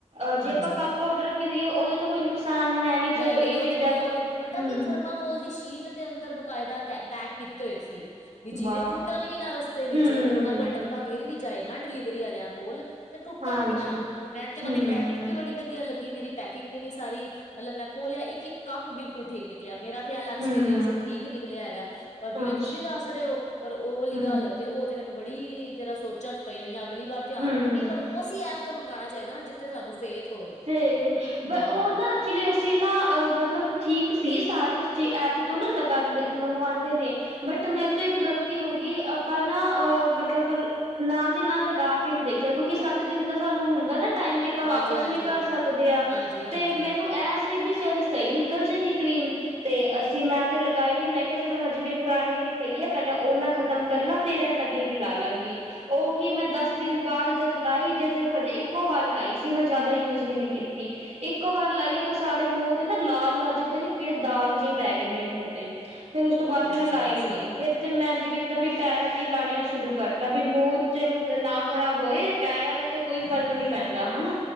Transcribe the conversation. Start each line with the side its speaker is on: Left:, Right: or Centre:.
Right: ਅ ਜੇ
Left: ਹਾਂਜੀ।
Right: ਆਪਾਂ ਕੱਪ ਔਡਰ ਕਰੀਏ ਉਹਦੇ ਤੋਂ ਕੋਈ ਨੁਕਸਾਨ ਹੈ। ਨੀ
Left: ਨਹੀਂ
Right: ਚਲੋ
Left: ਨਹੀਂ
Right: ਇਹ ਚੀਜ਼ਾਂ
Left: ਓ ਤੇ ਕੋਈ ਅੋਰ ਪਤਾ
Right: ਹਮ
Left: ਕੀ ਥਰਮਾਕੋਲ ਦੀ ਸ਼ੀਟ ਦੇ ਅੰਦਰ ਬਕਾਇਦਾ ਪੈਕ ਕੀ ਟੁੱਟੇ ਹੋਏ ਸੀ ਵੀ ਜਿਵੇਂ
Right: ਵਾਹ
Left: ਟੁੱਟਨ ਵੀ ਨਾ ਰਸਤੇ ਵਿੱਚ
Right: ਹੂੰ,
Left: ਅਗਰ ਓਨਾਂ ਕੋਲ ਡੱਬਾ ਗਿਰ ਵੀ ਜਾਏ ਨਾ ਡਿਲੀਵਰੀ ਆਲਿਆਂ ਕੋਲ ਤੇ ਟੁੱਟਨ
Right: ਹਾਂਜੀ,
Left: ਵੀ ਨਾ ਮੈਂ ਤੇ ਉਹਨਾਂ
Right: ਹੂੰ,
Left: ਦੀ ਪੈਕਿੰਗ ਵੀ ਬੜੀ ਵਧੀ ਵਧੀਆ ਲੱਗੀ ਮੇਰੀ ਪੈਕਿੰਗ ਵੀ ਨੀ ਸਾਰੀ ਮਤਲਬ ਮੈਂ ਖੋਲਿਆ ਇੱਕ ਇੱਕ ਕੱਪ ਬਿਲਕੁਲ ਠੀਕ ਨਿਕਲ ਨਿਕਲਿਆ ਮੇਰਾ ਤੇ ਐਲਾ ਐਕਸਪੀਰੀਅੰਸ
Right: ਹੂੰ।
Left: ਠੀਕ ਨਿਕਲਿਆ ਹੈਗਾ ਪਰ ਜਿਵੇਂ
Right: ਅੱਛਾ,
Left: ਤੁਸੀਂ ਦੱਸ ਰੇ ਓ ਪਰ ਉਹ ਵਾਲੀ
Right: ਹੂੰ,
Left: ਗੱਲ ਤੇ ਓ ਤੇ ਮੈਨੂੰ ਬੜੀ ਜਰਾ ਸੋਚਾਂ ਚ ਪਈ ਹੋਈਆਂ ਅਗਲੀ ਵਾਰ ਧਿਆਨ
Right: ਹੂੰ।
Left: ਰੱਖਾਗੀ਼ ਪਰ ਉਸੀ ਐਪ ਤੋ ਮੰਗਾਣਾ ਚਾਹੀਦਾ ਨਾ, ਜਿੱਥੇ ਸਾਨੂੰ ਫੇਥ ਹੋਵੇ
Right: ਏ ਓ
Left: ਹਾਂ
Right: ਬ ਉਹ ਨਾ। ਐਕਚੁਲੀ ਅਸੀਂ ਨਾ ਅ ਮਤਲਬ ਠੀਕ ਸੀ, ਸਾਰੇ ਉਸਚੀ ਐਪ ਤੋਂ ਨਾ ਲਗਾਂਦੇ, ਮੰਗਵਾਦੇ ਨੇ। ਬਟ, ਮੇਰੇ ਤੋਂ ਇੱਕ ਗ਼ਲਤੀ ਹੋ ਗਈ, ਆਪਾਂ ਨਾ ਅਹ ਮਤਲਬ ਨਾਲ ਦੀ ਨਾਲ ਲਗਾ ਕੇ ਨੀ ਦੇਖਿਆ, ਕਿਉਂਕਿ ਸੱਤ ਦਿਨ ਦਾ ਸਾਨੂੰ ਹੁੰਦਾ ਨਾ ਟਾਈਮ ਕੇ ਆਪਾਂ ਵਾਪਿਸ
Left: ਹਾਂਜੀ ਹਾਂਜੀ
Right: ਵੀ ਕਰ ਸਕਦੇ ਆਂ,
Left: ਹਾਂਜੀ-ਹਾਂਜੀ,
Right: ਤੇ ਮੈਨੂੰ ਇਹ ਸੀ ਬੀ ਚੱਲ ਸਹੀ ਨਿਕਲ ਜਾਏਗੀ ਕਰ੍ਰੀਮ। ਤੇ ਅਸੀਂ ਮੈਂ ਤੇ ਲਗਾਈ ਨੀ। ਮੈਂ ਕਿਹਾ ਚਲ ਹਜੇ ਮੇਰੀ ਪੁਰਾਣੀ ਅਲੀ ਪਈ ਹੈ, ਪਹਿਲਾਂ ਉਹ ਮੈਂ ਖਤ ਖ਼ਤਮ ਕਰ ਲਾਂ, ਫਿਰ ਏ ਨਵੀਂ ਲਾ ਲਾਂਗੀ। ਉਹ ਕਿ ਮੈਂ ਦਸ ਦਿਨ ਬਾਦ ਜਦ ਲਾਈ, ਜਦ ਹਜੇ ਇੱਕੋ ਵਾਰ ਲਾਈ ਸੀ ਮੈਂ ਜਦ ਮੈਂ ਯੂਜ ਵੀ ਨੀ ਕੀਤੀ। ਇੱਕੋ ਵਾਰ ਲਾਈਓ ਤੇ ਸਾਰੇ ਮੂੰਹ ਤੇ ਨਾ ਲਾਲ ਲਾਲ ਜੇਹੇ ਪਤਾ ਨੀ ਕਿਹੜੇ ਦਾਗ ਜਿਹੇ ਪੈ ਗਏ ਮੇਰੇ ਮੂੰਹ ਤੇ। ਫਿਰ ਉਸ ਤੋਂ ਬਾਦ ਤੇ
Left: ਅੱਛਾ-ਅੱਛਾ,
Right: ਮੈਂ ਲਾਈ ਹੀ ਨੀ, ਫਿਰ। ਤੇ ਮੈਂ ਇੰਜ ਕੀਤਾ ਵੀ ਪੈਰਾਂ ਤੇ ਹੀ ਲਾਣੀਆਂ ਸ਼ੁਰੂ ਕਰ ਤਾਂ ਵੀ ਮੂੰਹ ਚਲੋ ਨਾ ਖ਼ਰਾਬ ਹੋਏ। ਪੈਰਾਂ ਤੇ ਕੋਈ ਫ਼ਰਕ ਨਹੀਂ ਪੈਂਦਾ ਹਨਾ।